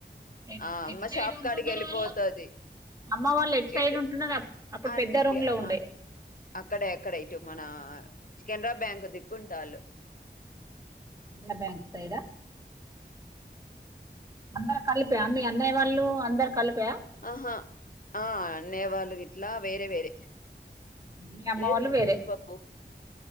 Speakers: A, on the right; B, on the left.
A: ఎ
B: ఆ అమ్మ
A: ఎడ్ సైడ్
B: షాప్
A: ఉంటున్నారు
B: కాడికి వెళ్ళిపోతది
A: వాళ్ళు అమ్మ వాళ్ళు ఎడ్ సైడ్
B: ఇటు
A: ఉంటున్నారు అప్పుడు
B: అదికే
A: పెద్ద రూం లో
B: మా
A: ఉండే
B: అక్కడే అక్కడే ఇటు మన కెనరా బ్యాంక్ దిక్కుంటాళ్లు
A: ఆ బ్యాంక్ సైడా అందరు కలిపా మీ అన్నయ వాళ్ళు అందరు కలిపా
B: ఆహా ఆ అన్నయ్య వాళ్ళు గిట్లా వేరే వేరే
A: మీ అమ్మ
B: లేదు
A: వాళ్ళు
B: రా
A: వేరే
B: పెసిరిపప్పు